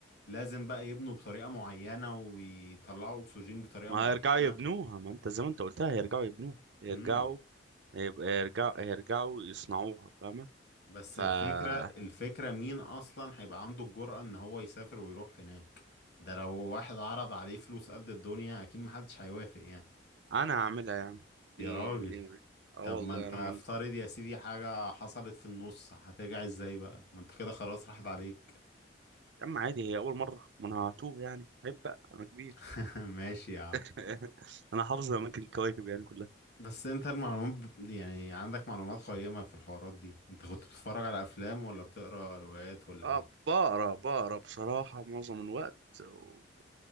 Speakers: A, on the left (about 55°); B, on the right (about 65°).
A: لازم بقى يبنوا بطريقة معينة ويطلعوا اكسجين بطريقة
B: ما
A: معينة
B: هيرجعوا يبنوها ما انت زي ما انت قلتها هيرجعوا يبنوها هيرجعوا
A: امم
B: هيبقى- هيرجعوا هيرجعوا يصنعوها فاهمة
A: بس
B: فأنا
A: الفكرة الفكرة مين أصلا هيبقى عنده الجرأة إن هو يسافر ويروح هناك ده لو واحد عرض عليه فلوس قد الدنيا أكيد محدش هيوافق يعني
B: هعملها يعني
A: يا
B: ليه
A: راجل
B: ليه اه
A: طب
B: والله
A: ما انت
B: انا
A: افترض
B: ما عندي
A: يا سيدي حاجة حصلت في النص هترجع ازاي بقى ما انت كده خلاص راحت عليك
B: يا عم عادي هي اول مرة ما انا هتوه يعني عيب بقى انا كبير
A: <laughs> ماشي يا عم
B: <laughs> انا حافظ اماكن الكواكب يعني كلها
A: بس انت المعلومات ب... يعني عندك معلومات قيمة في الحوارات دي انت كنت بتتفرج على افلام ولا بتقرا روايات ولا
B: اه
A: ايه
B: بقرا بقرا بصراحة معظم الوقت ويعني